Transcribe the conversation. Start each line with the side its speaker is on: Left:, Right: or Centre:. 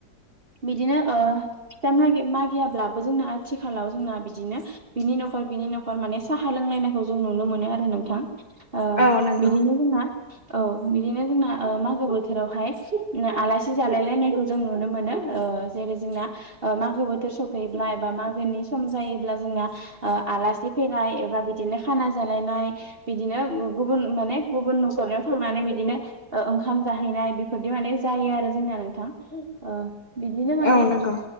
Right: बिदिनो ओ फिथा मागि मागियाब्लाबो जोंना आथिखालाव जोंना बिदिनो बिनि न'खर बिनि नखर माने साहा लों हैलायनायखौ जों नुनो मोनो आरो नोंथां। ओ
Left: औ नंगौ
Right: बिदिनो जोंना औ बिदिनो जोंना ओ मा गो बोथोरावहाय आलासि जालायलायनायखौ जों नुनो मोनो ओ जेरै जोंना मा गो बोथोर सफैब्ला एबा मागोनि सम जायोब्ला जोंना आ आलासि फैनायबा एबा बिदिनो खा जालायनाय बिदिनो गुबुन माने गुबुन न'खरनियाव थांनानै बिदिनो ओ ओंखा ओंखाम जाहैनाय बेफोरदि माने जायो आरो जोंनिया नोंथां ओ बिदिनो माने
Left: औ नंगौ